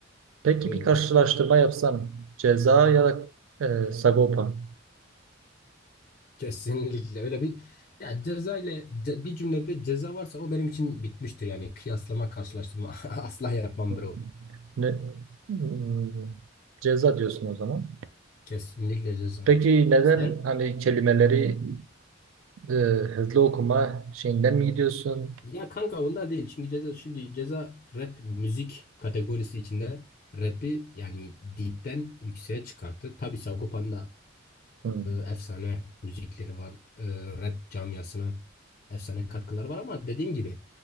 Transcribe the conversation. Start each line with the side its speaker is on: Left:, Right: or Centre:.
Right: Peki
Left: Öyle.
Right: bir karşılaştırma yapsan ceza ya da e, Sagopa
Left: Kesinlikle öyle bir ya ceza ile ce- bir cümlede ceza varsa o benim için bitmiştir yani kıyaslama karşılaştırma <laughs> asla yapmam
Right: Hmm.
Left: bro.
Right: Ne, Hmm, ceza diyorsun o zaman.
Left: Kesinlikle ceza.
Right: Peki neden
Left: Sen?
Right: hani kelimeleri e, hızlı okuma şeyinden mi gidiyorsun?
Left: Ya kanka ondan değil. Çünkü ceza, şimdi ceza rap müzik kategorisi içinde rap'i yani dipten yükseğe çıkarttı. Tabii Sagopa'nın da
Right: Hmm,
Left: e, efsane müzikleri var. E, rap camiasına efsane katkıları var ama dediğim gibi